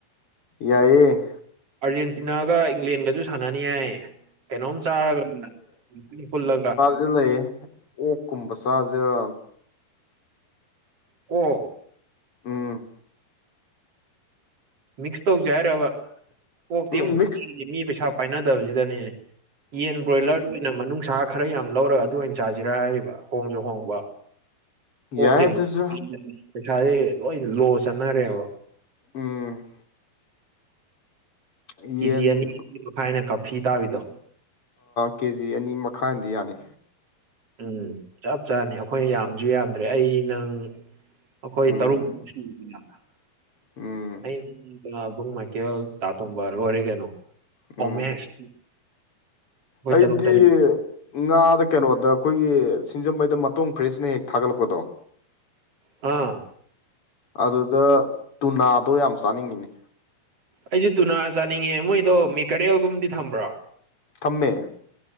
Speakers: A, on the left; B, on the right.
A: ꯌꯥꯏꯌꯦ
B: ꯑꯥꯔꯖꯦꯟꯇꯤꯅꯥꯒ ꯏꯪꯂꯦꯟꯒꯁꯨ ꯁꯥꯟꯅꯅꯤ ꯍꯥꯏ ꯀꯩꯅꯣꯝ ꯆꯥꯔꯒ ꯍꯨꯜꯂꯒ
A: ꯁꯤ ꯂꯩ ꯑꯣꯛꯀꯨꯝꯕ ꯆꯥꯁꯤꯔ
B: ꯑꯣ
A: ꯎꯝ
B: ꯃꯤꯛꯁ ꯇꯧꯖꯦ ꯍꯥꯏꯔꯕ ꯑꯣꯛꯇꯤ
A: ꯎꯝ
B: ꯑꯃꯨꯛ
A: ꯃꯤꯛꯁ
B: ꯃꯤ ꯄꯩꯁꯥ ꯄꯥꯏꯅꯗꯕꯁꯤꯗꯅꯦꯅꯦ ꯌꯦꯟ ꯕ꯭ꯔꯣꯏꯂꯔ ꯑꯣꯏꯅ ꯃꯅꯨꯡꯅꯨꯡꯁꯥ ꯈꯔ ꯌꯥꯝ ꯂꯧꯔꯒ ꯑꯗꯨ ꯑꯣꯏꯅ ꯆꯥꯁꯤꯔ ꯍꯥꯏꯔꯤꯕ ꯍꯣꯡꯁꯨ ꯍꯣꯡꯕ
A: ꯌꯥꯏ
B: ꯑꯣꯛꯇꯤ ꯑꯃꯨ
A: ꯑꯗꯨꯁꯨ
B: ꯄꯩꯁꯥꯁꯦ ꯂꯣꯏ ꯂꯣ ꯆꯠꯅꯔꯦꯕ
A: ꯎꯝ ꯌꯦꯟ
B: ꯀꯦꯖꯤ ꯑꯅꯤ ꯃꯈꯥꯏꯅ ꯀꯥꯞꯐꯤ ꯇꯥꯕꯤꯗꯣ
A: ꯀꯦꯖꯤ ꯑꯅꯤ ꯃꯈꯥꯏꯗꯤ ꯌꯥꯅꯤ
B: ꯎꯝ ꯆꯞ ꯆꯥꯅꯤ ꯑꯩꯈꯣꯏ ꯌꯥꯝꯁꯨ ꯌꯥꯝꯗ꯭ꯔꯦ ꯑꯩ ꯅꯪ ꯑꯩꯈꯣꯏ
A: ꯎꯝ
B: ꯇꯔꯨꯛ <unintelligible>
A: ꯎꯝ
B: ꯕꯨꯡ ꯃꯥꯏꯀꯦꯜ ꯇꯥꯇꯣꯝꯕ ꯂꯣꯏꯔꯦ ꯀꯩꯅꯣ
A: ꯎꯝ
B: ꯑꯣꯃꯦꯁ
A: ꯑꯩꯗꯤ
B: ꯇꯔꯨꯛ ꯇꯔꯦꯠ
A: ꯉꯥꯗ ꯀꯩꯅꯣꯗ ꯑꯩꯈꯣꯏꯒꯤ ꯁꯤꯡꯖꯃꯩꯗ ꯃꯇꯣꯡ ꯐ꯭ꯔꯦꯁꯅ ꯍꯦꯛ ꯊꯥꯒꯠꯂꯛꯄꯗꯣ
B: ꯑꯥ
A: ꯑꯗꯨꯗ ꯇꯨꯅꯥꯗꯣ ꯌꯥꯝ ꯆꯥꯅꯤꯡꯉꯤꯅꯦ
B: ꯑꯩꯁꯨ ꯇꯨꯅꯥ ꯆꯥꯅꯤꯡꯉꯦ ꯃꯣꯏꯗꯣ ꯃꯦꯀꯔꯤꯦꯜꯒꯨꯝꯕꯗꯤ ꯊꯝꯕ꯭ꯔꯣ
A: ꯊꯝꯃꯦ